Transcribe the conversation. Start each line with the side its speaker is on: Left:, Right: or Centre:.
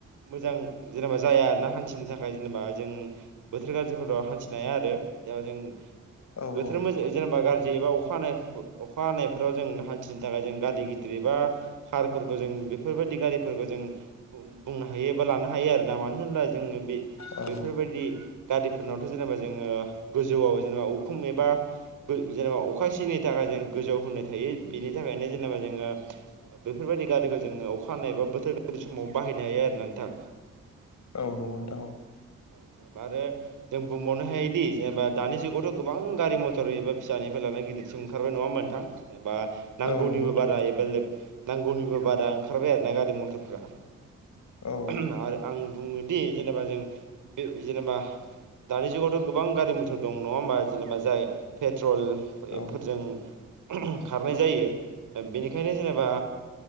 Right: मोजां जेनेबा जाया आरोना। हान्थिनो थाखाय जेनेबा जों बोथोर गाज्रिफोराव हान्थिनाय हाया आरो। दा जों
Left: औ
Right: बोथोर
Left: औ
Right: मोजां जेनेबा गाज्रि। जेनेबा अखा हानाय अखा हानायफोराव जों हान्थिनो थाखाय जों गारि गिदिर एबा कारफोरखौ जों। बेफोरबायदि गारिफोरखौ जों। बुंनो हायो एबा लानो हायो आरोना मानो होनब्ला जोङो बे
Left: औ
Right: बेफोरबायदि। गारिफोरनावथ' जेनेबा जोङो गोजौआव जेनेबा उखुम एबा जेनेबा अखा सियैनि। थाखाय जों गोजौ होनो थायो बेनि थाखायनो जेनेबा जोङो। बेफोरबायदि गारिखौ जोङो अखा हानाय बा बोथोर गाज्रि समाव बाहायनो हायो आरोना नोंथां।
Left: औ नंगौ नोंथां
Right: औ जा आरो। जों बुंबावनो हायोदि जेनेबा दानि जुगावथ' गोबां गारि मथर एबा फिसानिफ्राय लानानै गिदिरसिम ओंखारबाय नङा। होमबा ओनथां बा नांगौनिबो
Left: औ नंगौ नोंथां
Right: बारा एबा लोब नांगौनिबो बा। दा ओंखारबाय आरोना गारि मथरफ्रा आरो
Left: औ
Right: आं। बुङोदि जेनेबा जों बे जेनेबा दानि जुगावथ' गोबां गारि मथर दं नङा होमबा जेनेबा जाय पेट्रल
Left: औ नंगौ
Right: एफोरजों
Left: नोंथां औ
Right: खारनाय जायो बेनिखायनो जेनेबा